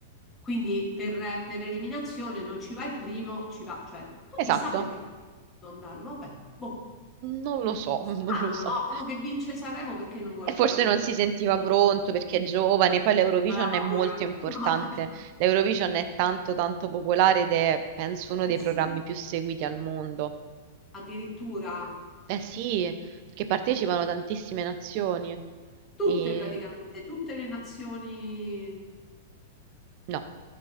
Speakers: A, on the left; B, on the right.
A: Quindi per, per eliminazione non ci va il primo, ci va, cioè, poi
B: esatto.
A: chissà perché non andare, vabbè, boh.
B: Non lo so, <laughs>
A: Strano,
B: non lo so.
A: no? Uno che vince Sanremo perché non vuole
B: E
A: andare
B: forse
A: all'Europa?
B: non si sentiva pronto perché è giovane, poi l'Eurovision
A: Aveva paura.
B: è molto importante.
A: <laughs> No.
B: L'Eurovision è tanto tanto popolare ed è, penso, uno dei
A: Eh sì,
B: programmi più seguiti al mondo.
A: addirittura
B: Eh sì, perché partecipano tantissime nazioni.
A: tutte
B: E...
A: praticamente, tutte le nazioni
B: No.